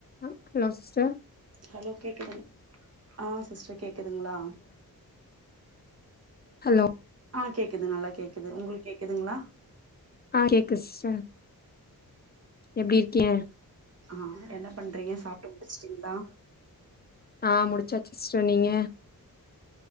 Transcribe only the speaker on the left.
அ ஹலோ சிஸ்டர்
ஹலோ
ஆ கேக்கு சிஸ்டர் எப்டி இருக்கிக
ஆ முடிச்சாச்சு சிஸ்டர் நீங்க